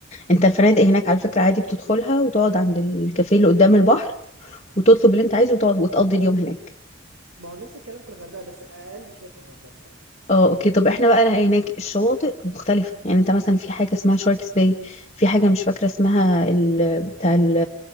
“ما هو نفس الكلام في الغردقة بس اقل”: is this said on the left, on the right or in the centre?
Right